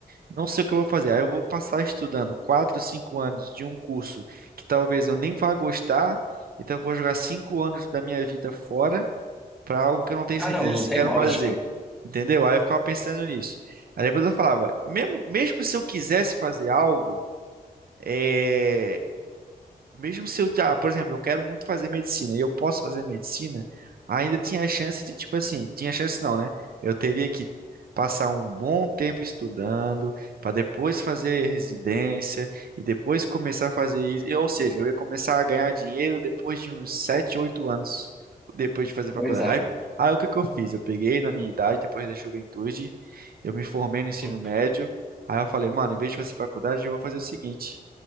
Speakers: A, on the right (about 70°); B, in the centre.
A: Não sei o que eu vou fazer. Aí eu vou passar estudando 4 5 anos de um curso que talvez eu nem vá gostar. Então eu vou jogar 5 anos da minha vida fora para algo que eu não tenho
B: Ah,
A: certeza
B: não, não
A: se
B: tem
A: quero
B: lógica.
A: fazer. Entendeu? Aí eu ficava pensando nisso. Aí depois eu falava, mesmo, mesmo se eu quisesse fazer algo, é, mesmo se eu, ah, por exemplo, eu quero muito fazer medicina e eu posso fazer medicina, ainda tinha a chance de, tipo assim, tinha chance não, né? Eu teria que passar um bom tempo estudando para depois fazer residência e depois começar a fazer isso. Eu- Ou seja, eu ia começar a ganhar dinheiro depois de uns 7, 8 anos depois de fazer faculdade.
B: Pois é.
A: Aí, aí o que que eu fiz? Eu peguei na minha idade, depois da juventude, eu me formei no ensino
B: Hum.
A: médio. Aí eu falei, mano, em vez de fazer faculdade, eu vou fazer o seguinte.